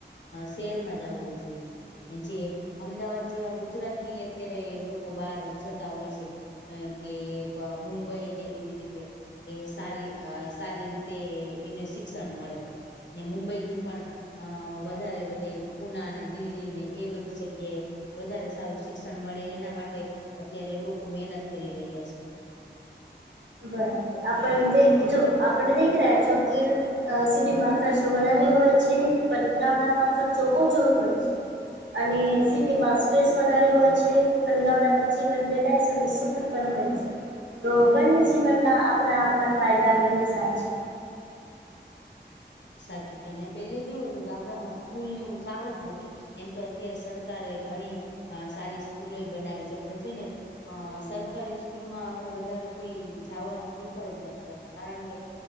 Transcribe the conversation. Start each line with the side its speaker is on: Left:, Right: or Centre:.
Left: શહેરમાં જ આવવું જોઈએ, જે અમદાવાદ જેવા ગુજરાત ની અત્યારે લોકો બહાર જતા હોય છે., અ કે મુંબઈ ને એવી રીતે, એ સારી સારી રીતે એને શિક્ષણ મળે ને મુંબઈ થી પણ, અ વધારે બધે પુના ને દિલ્હી ને એ બધી જગ્યાએ, વધારે સારું શિક્ષણ મળે એના માટે અત્યારે લોકો મહેનત કરી રહ્યા છે,
Right: બરાબર આપણ જો આપણને દેખી રહ્યા છો કે, અ સિટીમાં ખર્ચો વધારે હોય છે પણ ગામડામાં ખર્ચો ઓછો હોય છે., અને સિટીમાં સ્ટ્રેસ વધારે હોય છે અને ગામડામાં જીવન રિલેક્સ અને સુખી, પણ હોય છે તો બંને જીવનના આપણા આપણા ફાયદા અને નુકસાન છે,
Left: સાચું છે અને પેલે કેવું હતું ગામડામાં સ્કૂલ ને એવું સાવ જ નથી, એમ તો અત્યારે સરકારે ઘણી સારી સ્કૂલો બનાવી છે પણ છે ને, અ સરકારી સ્કૂલમાં હવે વધારે કોઈ જાવાનું પ્રિફર જ નથી કરતા કારણ કે